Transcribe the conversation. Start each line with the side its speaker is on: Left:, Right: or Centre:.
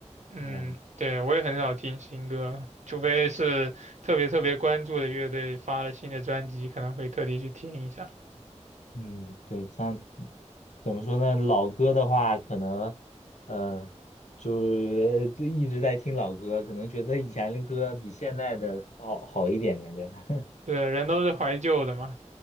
Right: 嗯，
Left: 嗯
Right: 对，我也很少听新歌，除非是特别特别关注的乐队发了新的专辑，可能会特地去听一下。
Left: 嗯，对，像怎么说呢？老歌的话，可能呃，就是就一直在听老歌，可能觉得以前的歌比现在的好好一点，感觉。<laughs>
Right: 对，人都是怀旧的嘛，